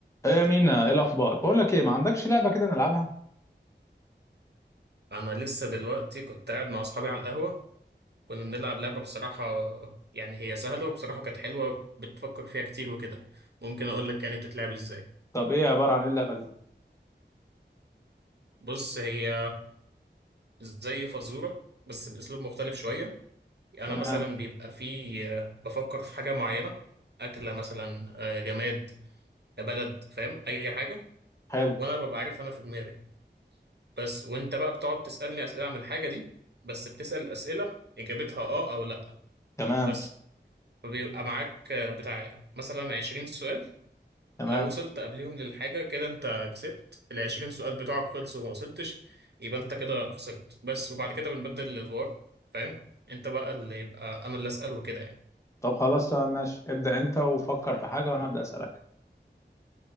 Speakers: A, on the left (about 15°); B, on the right (about 65°).
A: ايه مينا ايه الاخبار بقول لك ايه ما عندكش لعبه كده نلعبها
B: انا لسه دلوقتي كنت قاعد مع اصحابي على القهوه كنا بنلعب لعبه بصراحه يعني هي سهله وبصراحه كانت حلوه بتفكر فيها كتير وكده ممكن اقول لك كانت بتتلعب ازاي
A: طب ايه عباره عن ايه اللعبه دي
B: بص هي زي فزوره بس باسلوب مختلف شويه انا
A: تمام
B: مثلا بيبقى في بفكر في حاجه معينه اكله مثلا آه، جماد بلد فاهم اي حاجه
A: حلو
B: وانا ببقى عارف انا في دماغي بس وانت بقى بتقعد تسالني اسئله عن الحاجه دي بس بتسال اسئله اجابتها اه او لا
A: تمام
B: بس بيبقى معاك بتاع مثلا 20 سؤال
A: تمام
B: لو وصلت قبليهم للحاجة كده انت كسبت ال 20 سؤال بتوعك خلصوا وما وصلتش يبقى انت كده خسرت بس وبعد كده بنبدل الأدوار فاهم انت بقى اللي يبقى انا اللي أسأل وكده يعني
A: طب خلاص تمام ماشي ابدا انت وفكر في حاجه وانا هبدا اسالك